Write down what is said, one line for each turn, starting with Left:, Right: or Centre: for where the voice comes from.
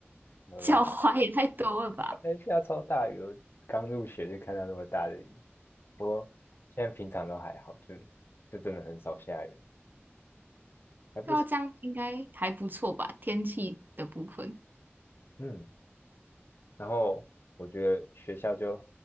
Left: 我蛮
Right: 脚踝也太多了吧？
Left: 那下超大雨，我刚入学就看到那么大的雨，不过现在平常都还好，就就真的很少下雨，还不错，
Right: 对啊，这样应该还不错吧？天气的部分
Left: 嗯。然后我觉得学校就，